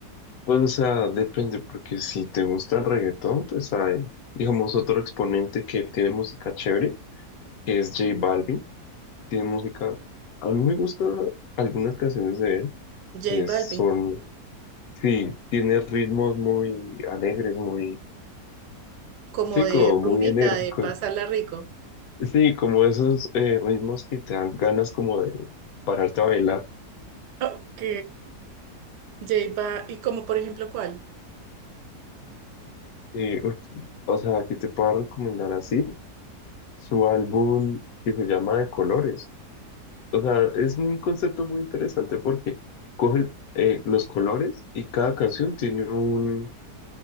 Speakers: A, on the left (about 70°); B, on the right (about 80°).
A: Pues, o sea, depende, porque si te gusta el reggaetón, pues hay, digamos, otro exponente que tiene música chévere, que es J Balvin. Tiene música, a mí me gustan algunas canciones de él,
B: J
A: que
B: Balvin.
A: son, sí, tiene ritmos muy alegres, muy,
B: como
A: sí,
B: de
A: como muy
B: rumbita,
A: enérgicos.
B: de pasarla rico.
A: Sí, como esos eh, ritmos que te dan ganas como de pararte a bailar.
B: Ok, J Ba- ¿Y como por ejemplo cuál?
A: Y, uf, o sea, aquí te puedo recomendar así su álbum que se llama De Colores. O sea, es un concepto muy interesante porque coge eh, los colores y cada canción tiene un,